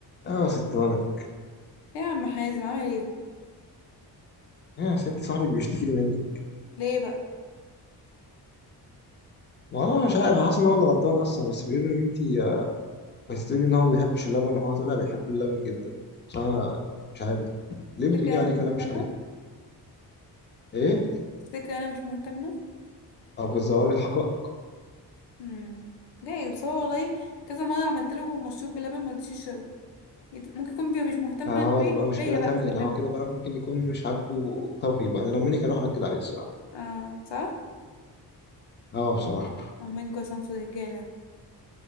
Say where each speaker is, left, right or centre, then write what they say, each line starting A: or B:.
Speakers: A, on the left; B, on the left.
A: اه يا ست ولد
B: ايه يا عم حازم عامل ايه
A: ايه يا ست صاحبك بيشتكي لي منك
B: ليه بقى
A: والله انا مش عارف انا حاسس ان هو اللي غلطان اصلا بس بيقول ان انت بس تقولي ان هو ما بيحبش اللبن وهو طلع بيحب اللبن جدا بس انا مش عارف ليه بتقولي
B: تفتكر انا
A: عليه
B: مش
A: كلام
B: مهتمه
A: مش حقيقي ايه
B: تفتكر انا مش مهتمه
A: او بتزوري الحقائق
B: امم جايز بس هو والله كذا مره عملت له مشروب بلبن ما رضيش يشربه يت- ممكن يكون بي مش مهتمه
A: اه
B: بي-
A: دي بقى
B: بيا
A: مشكله تانية
B: بقى مش باللبن
A: ده هو كده بقى ممكن يكون مش عاجبه توقيت بقى انا لو منك هروح انكد عليه الصراحه
B: اه صح
A: اه بصراحه
B: فاهمينكوا يا صنف الرجاله